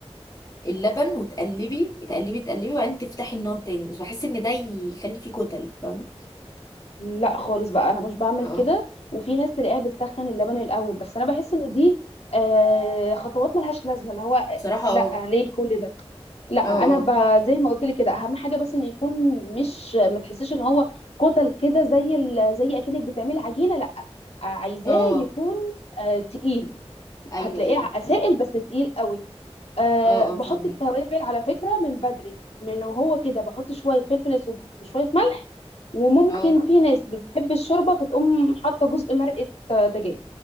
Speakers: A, on the left; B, on the left.
A: اللبن وتقلبي تقلبي تقلبي وبعدين تفتحي النار تاني بس بحس ان ده يخلي فيه كتل فاهمه
B: لا خالص بقى انا مش بعمل
A: اه
B: كده وفي ناس تلاقيها بتسخن اللبن الاول بس انا بحس ان دي آه خطوات ملهاش لازمه اللي هو آه آه،
A: بصراحه اه
B: لا ليه كل ده لا
A: اه
B: انا
A: اه
B: ب... زي ما قلت لك كده اهم حاجه بس ان يكون مش ما تحسيش ان هو كتل كده زي ال... زي اكنك بتعملي عجينه لا عايزاه
A: اه
B: يكون آه تقيل
A: ايوه
B: هتلاقيه
A: ايوه
B: ع- سائل بس تقيل قوي آه
A: اه
B: بحط
A: اه فاهمك
B: التوابل على فكره من بدري من وهو كده بحط شويه فلفل اسود وشويه ملح وممكن
A: اه
B: في ناس بتحب الشوربه فتقوم حاطه جزء مرقه آه، دجاج